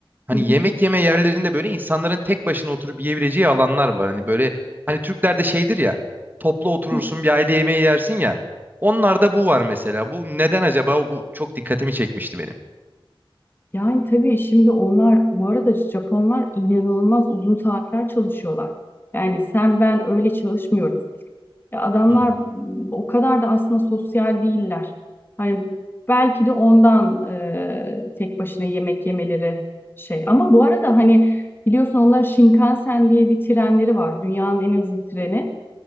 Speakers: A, on the right (about 20°); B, on the left (about 25°).
A: Hani
B: hı hı,
A: yemek yeme yerlerinde böyle insanların tek başına oturup yiyebileceği alanlar var. Hani böyle hani Türklerde şeydir ya toplu oturursun
B: hı.
A: bir aile yemeği yersin ya. Onlarda bu var mesela. Bu neden acaba? Bu çok dikkatimi çekmişti benim.
B: Yani tabii şimdi onlar bu arada Japonlar inanılmaz uzun saatler çalışıyorlar. Yani sen ben öyle çalışmıyoruz. Ya adamlar
A: Hmm.
B: m, o kadar da aslında sosyal değiller. Hani belki de ondan e, tek başına yemek yemeleri şey. Ama bu arada hani biliyorsun onların Shinkansen diye bir trenleri var. Dünyanın en hızlı treni.